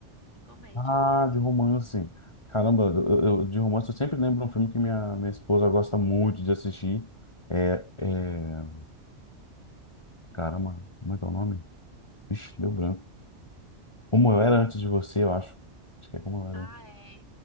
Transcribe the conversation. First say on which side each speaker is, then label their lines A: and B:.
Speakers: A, on the left; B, on the left.
A: e comédia.
B: Ah, de romance. Caramba, eu, eu- de romance eu sempre lembro um filme que minha, minha esposa gosta muito de assistir. É, é... Caramba, como é que é o nome? Vixe, deu branco. Como eu era antes de você, eu acho. Acho que é como eu era.
A: Ah, é.